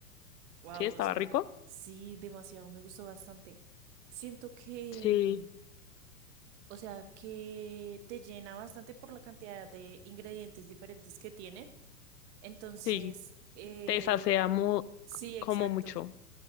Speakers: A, on the right; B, on the left.
A: Wow,
B: Sí, estaba
A: o sea,
B: rico.
A: sí, demasiado, me gustó bastante. Siento que,
B: Sí,
A: mm, o sea, que te llena bastante por la cantidad de ingredientes diferentes que tiene. Entonces,
B: sí.
A: eh,
B: Te sacia mu-
A: sí, exacto,
B: como mucho.